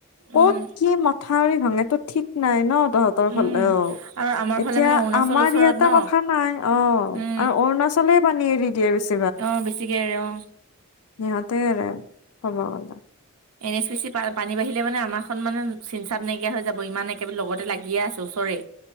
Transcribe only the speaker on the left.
ক'ত
কি মথাউৰি ভাঙে তো ঠিক নাই ন তহঁত ৰ
ফালে অ',
এতিয়া
আমাৰ
ইয়াতে
কথা নাই, অ'। আৰু
অৰুণাচলে পানী এৰি দিয়ে বেছি।
সিহঁতে এৰে ক'ব গ'লে।